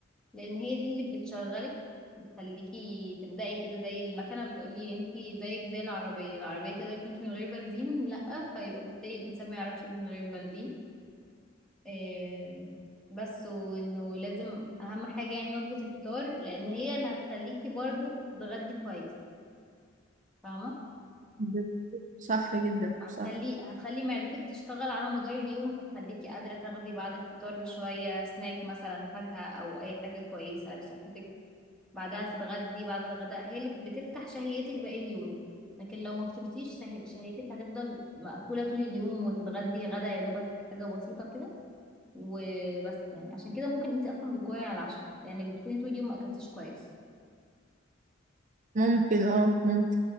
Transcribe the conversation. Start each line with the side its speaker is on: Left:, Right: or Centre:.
Centre: لان هي دي اللي بتشغلك بتخليكي تبدأي كده زي المكنة بتقولي انتي زيك زي العربية العربية تقدر تمشي من غير بنزين لأ فيبقى بالتالي الإنسان ما يعرفش يمشي من غير بنزين آم، بس وانه لازم أهم حاجة يعني وجبة الفطار لأن هي اللي هتخليكي برضو تتغدي كويس فاهمة
Right: ب- صح جدا
Centre: هتخلي
Right: صح
Centre: هتخلي معدتك تشتغل على مدار اليوم فتخليكي قادرة تاخدي بعد الفطار بشوية سناك مثلا فاكهة أو أي حاجة كويسة لصحتك بعدها تتغدي بعد الغداء هي اللي بتفتح شهيتك باقي اليوم لكن لو ما فطرتيش شه- شهيتك هتفضل مقفولة طول اليوم وتتغدي غدا يا دوبك حاجة بسيطة كده وبس يعني عشان كده ممكن انتي اصلا بتجوعي على العشاء لانك بتكوني طول اليوم ما اكلتيش كويس
Right: ممكن اه ممكن